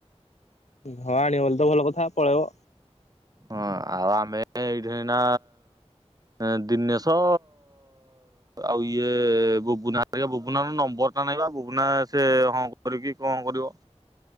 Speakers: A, on the left; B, on the right.
A: ଧଳା ଆଣିବ ବୋଲି ତ ଭଲ କଥା ପଳେଇବ।
B: ହଁ ଆଉ ଆମେ ଏଇଠି କି ନା ହେଁ ଦିନେଶ ଆଉ ଇଏ ବୁବୁନା ହେକା ବୁବୁ ବୁବୁନାର ନମ୍ବର ଟା ନାଇଁ ବା ବୁବୁନା ସେ ହଁ କରିକି କଣ କରିବ?